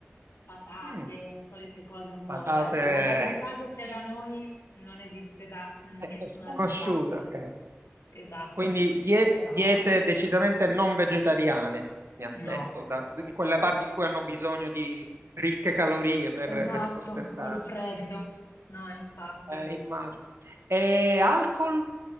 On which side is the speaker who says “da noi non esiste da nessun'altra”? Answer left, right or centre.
Left